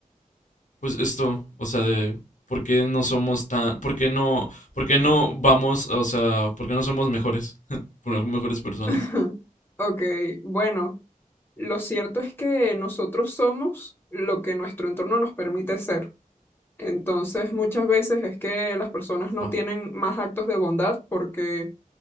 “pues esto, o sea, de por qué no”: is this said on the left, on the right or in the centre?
Left